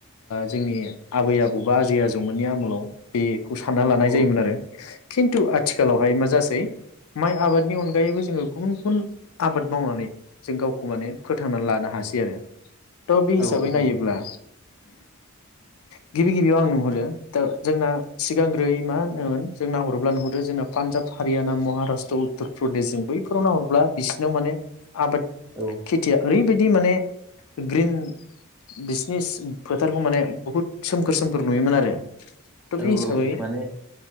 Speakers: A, on the left; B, in the centre.
A: जोंनि आबै आबौ। बा आजै आजौमोननि आमोलाव बे। खौ सानना लानाय
B: औ
A: जायोमोन आरो खिन्थु आथिखालावहाय मा जासै। माइ आबादनि अनगायैबो जोङो गुबुन-गुबुन आबाद मावनानै जों गावखौ माने फोथांनानै लानो हासै आरो। थ बे हिसाबै
B: औ
A: नायोब्ला।
B: औ
A: उ <inaudible> गिबि गिबियाव आं नुहरो दा जोंना सिगांग्रोै मा होनोमोन जों नाहरोब्ला नुहुरो जोंना पान्जाब हारियाना महाराष्ट्र उत्तर प्रदेश जों बैफोराव नाहरब्ला बिसिनाव माने। आबाद
B: औ
A: खेथिया ओरैबायदि माने। ग्रिन बिसिनि फोथारखौ माने बहुद। सोमखोर सोमखोर नुयोमोन आरो। बे
B: औ
A: हिसाबै
B: औ माने।